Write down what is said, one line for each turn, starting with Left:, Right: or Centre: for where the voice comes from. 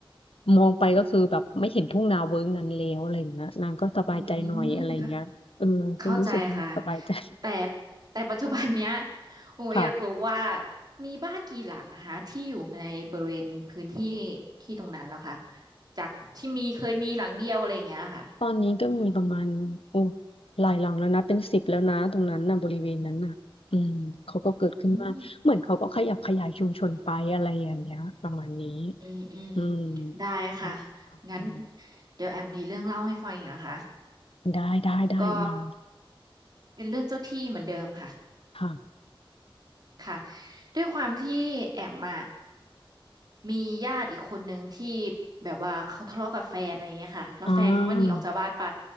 Left: มองไปก็คือแบบไม่เห็นทุ่งนาเวิ้งนั้นแล้วอะไรอย่างเงี้ยนางก็สบายใจหน่อยอะไรอย่างเงี้ยเออก็รู้สึกมันสบายใจ
Right: อืมค่ะเข้าใจค่ะแต่แต่ปัจจุบันเนี้ย
Left: <laughs>
Right: โอ้อยากรู้ว่า
Left: ค่ะ
Right: มีบ้านกี่หลังนะคะที่อยู่ในบริเวณพื้นที่ที่ตรงนั้นแล้วค่ะจากที่มีเคยมีหลังเดียวอะไรอย่างเงี้ยค่ะ
Left: ตอนนี้ก็มีประมาณโอ้หลายหลังแล้วนะเป็นสิบแล้วนะตรงนั้นนะบริเวณนั้นน่ะอืมเขาก็เกิดขึ้นมากเหมือนเขาก็ขยับขยายชุมชนไปอะไรอย่างเงี้ยประมาณนี้
Right: อืมอืมอืม
Left: อืม
Right: ได้ค่ะ
Left: ทำอืม
Right: งั้นเดี๋ยวแอมมีเรื่องเล่าให้ฟังอีกนะคะ
Left: ได้ได้ได้มา
Right: ก็เป็นเรื่องเจ้าที่เหมือนเดิมค่ะ
Left: ค่ะ
Right: ค่ะด้วยความที่แอมอ่ะ มีญาติอีกคนนึงที่แบบว่าเขาทะเลาะกับแฟนอะไรเงี้ยค่ะแล้วแฟนเขาก็หนีออกจากบ้านไป
Left: อ่า